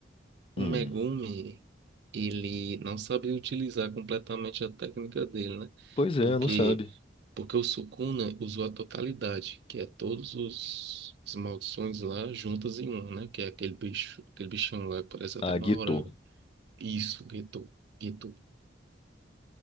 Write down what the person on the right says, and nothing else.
o
Megumi, ele não sabe utilizar completamente a técnica dele, né?
Porque,
porque o Sukuna usou a totalidade, que é todos os, as maldições lá juntas em uma, né? Que é aquele bicho, aquele bichão lá que parece até
uma
horário. Isso, Geto, Geto.